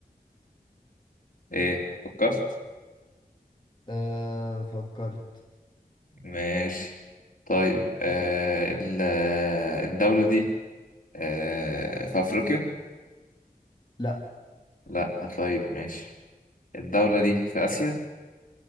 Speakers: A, on the left; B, on the left.
A: ايه فكرت
B: أه فكرت
A: ماشي طيب آه ال- الدولة دي آه في أفريقيا
B: لا
A: لا طيب ماشي الدولة دي في آسيا